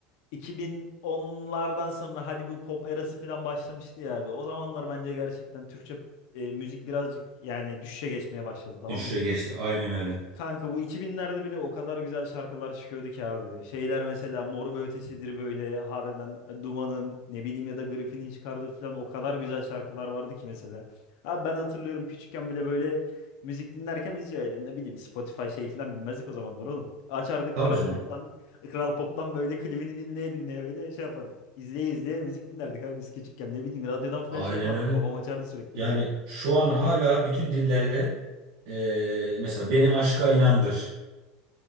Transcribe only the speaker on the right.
Düşüşe
geçti. Aynen öyle.
Tabii
canım.
Aynen
öyle.
Yani
şu an hala bütün dillerde eee, mesela beni aşka inandır.